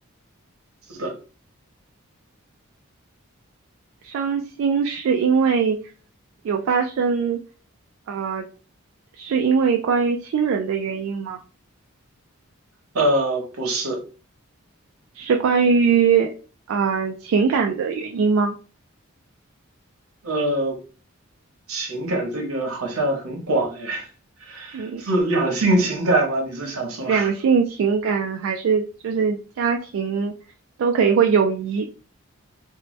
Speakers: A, on the right; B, on the right.
A: 是的，
B: 伤心是因为有发生，呃，是因为关于亲人的原因吗？
A: 呃，不是，
B: 是关于呃情感的原因吗？
A: 呃，情感这个好像很广哎，<laughs>
B: 嗯，
A: 是两性情感吗？你是想说，
B: 两性情感还是就是家庭都可以，或友谊，